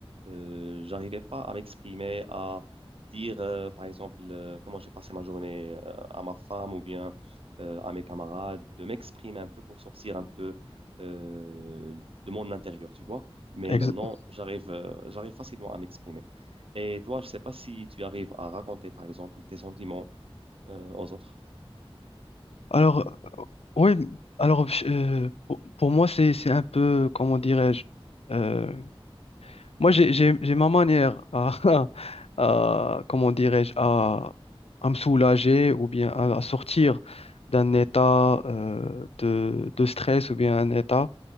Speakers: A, on the right; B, on the left.
A: euh, j'arrivais pas à m'exprimer, à dire, euh, par exemple, euh, comment j'ai passé ma journée euh, à ma femme ou bien euh, à mes camarades, de m'exprimer un peu pour sortir un peu euh, de mon intérieur, tu vois. Mais
B: exa-
A: maintenant, j'arrive, euh, j'arrive facilement à m'exprimer. Et toi, je sais pas si tu arrives à raconter, par exemple, tes sentiments euh, aux autres.
B: Alors, oui, alors euh, pour, pour moi, c'est c'est un peu, comment dirais-je, euh, Moi, j'ai, j'ai, j'ai ma manière à, <laughs> à- comment dirais-je, à, à me soulager ou bien à, à sortir d'un état euh, de, de stress ou bien un état